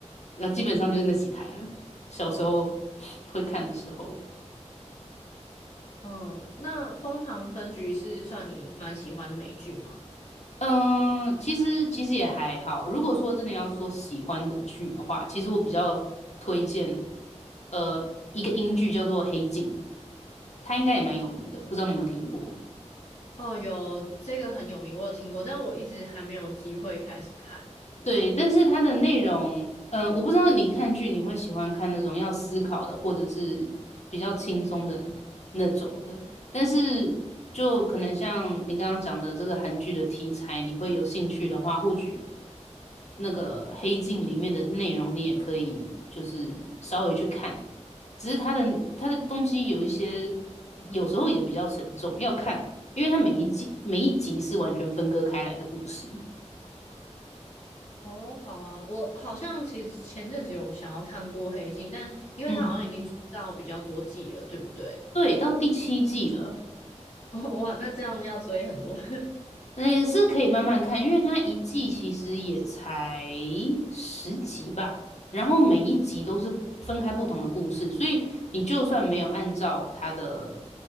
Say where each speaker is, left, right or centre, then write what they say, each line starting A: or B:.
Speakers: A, on the left; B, on the left.
A: 然后基本上就是那几台了。小时候会看的时候，
B: 嗯，那《荒唐分局》是算你蛮喜欢的美剧吗？
A: 嗯，其实其实也还好。如果说真的要说喜欢的剧的话，其实我比较推荐呃一个英剧叫做《黑镜》，它应该也蛮有名的，不知道你有没有听过。
B: 哦，有这个很有名，我有听过，但我一直还没有机会开始看。
A: 对，但是它的内容，嗯，我不知道你看剧你会喜欢看那种要思考的，或者是比较轻松的那种的。但是就可能像你刚刚讲的这个韩剧的题材，你会有兴趣的话，或许那个《黑镜》里面的内容你也可以就是稍微去看，只是它的它的东西有一些有时候也比较沉重，要看，因为它每一季每一集是完全分割开来的故事。
B: 哦，好啊，我好像其实前阵子有想要看过《黑镜》，但因为它好像已经出到比较多季了，
A: 嗯。
B: 对不对？
A: 对，到第七季了，
B: <laughs> 哇，那这样要追很多。
A: 那也是可以慢慢看，因为它一季其实也才十集吧，然后每一集都是分开不同的故事，所以你就算没有按照它的